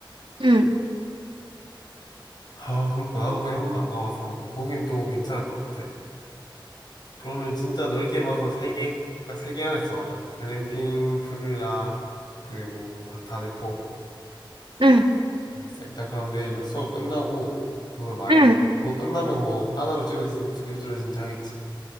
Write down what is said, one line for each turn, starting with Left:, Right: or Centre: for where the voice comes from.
Right: 응
Left: 아, 그렇구나. 나도 거기 한 번도 안 가봐서. 거긴 또 괜찮을 것 같아. 그러면 진짜 넓게 봐선 세 개. 딱 세 개 안에서 정하자. 글램핑, 풀빌라, 그리고 다대포.
Right: 응
Left: 알겠어. 일단 그럼 내일도 수업 끝나고, 그걸 말해줘.
Right: 응
Left: 그거 끝나면 뭐, 하나로 줄어지는지 두 개로 줄어지는지 하겠지.